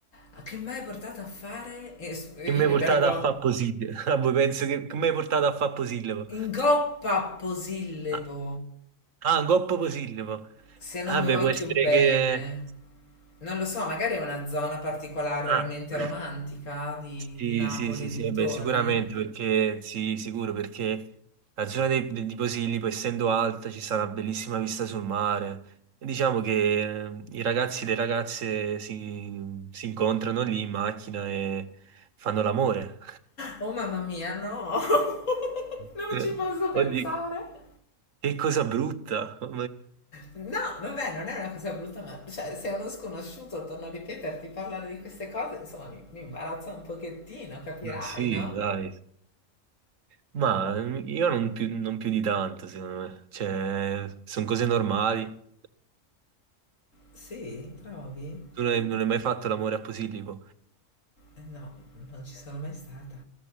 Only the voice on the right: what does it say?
Che mi
hai portato
a fare Posillipo? <laughs> Ah, voi penso che, che mi hai portato a fare Posillipo?
Ah, ah, un coppo Posillipo.
Vabbè,
può essere
che...
Ah, <clears throat>
sì,
sì, sì,
sì,
vabbè, sicuramente, perché... Sì, sicuro, perché la zona dei- de- di Posillipo, essendo alta, ci sta una bellissima vista sul mare. E diciamo che eh, i ragazzi e le ragazze si, si incontrano lì in macchina e fanno l'amore.
<laughs>
Eh, Oddio, che cosa brutta! <laughs>
Ma sì,
dai. Ma mm, io non più, non più di tanto, secondo me. Cioè, sono cose normali.
Tu non hai, non hai mai fatto l'amore a Posillipo?